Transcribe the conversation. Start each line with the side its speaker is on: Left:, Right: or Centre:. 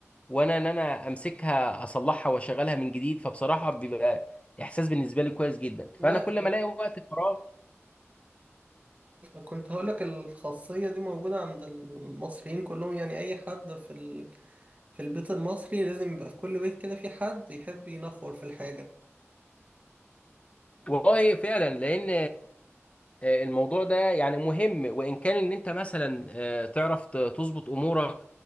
Left: وانا ان انا امسكها اصلحها واشغلها من جديد فبصراحه بيبقى احساس بالنسبه لي كويس جدا
Right: لا
Left: فانا كل
Right: ال-
Left: ما الاقي وقت فراغ
Right: كنت هقولك الخاصية دي موجودة عند المصريين كلهم يعني أي حد في ال... في البيت المصري لازم يبقى في كل بيت كده في حد يحب ينخور في الحاجة
Left: والله فعلا لان آه، الموضوع ده يعني مهم وان كان ان انت مثلا آه، تعرف ت- تظبط امورك